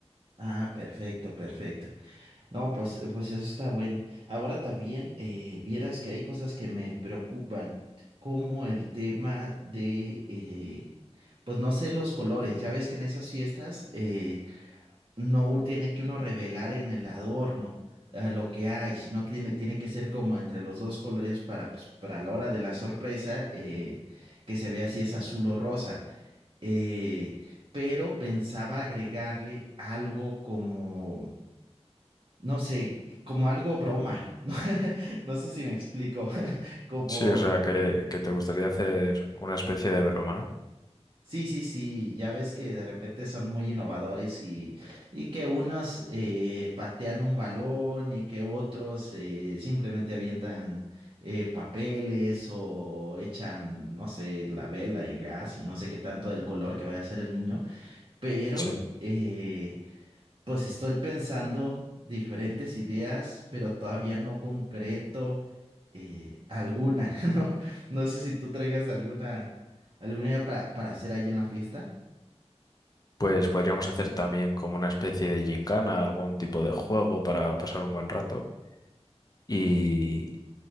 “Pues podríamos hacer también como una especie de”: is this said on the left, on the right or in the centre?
Left